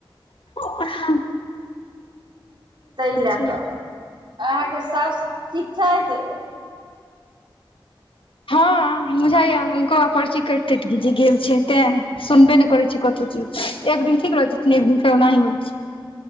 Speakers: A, on the left (about 75°); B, on the right (about 60°).
A: ओ <unintelligible>
B: ताहि लए
A: छै
B: कऽ अहाँके साउस ठीक छथि।
A: हँ बुझाइय हुनको आब पर्ची कैट-तैट जे गेल छै तें। सुनबे नहि करै छै कतहु चीज एक दिन ठीक रहथिन एक दिन फेर ओनाहीं होई जाय छै।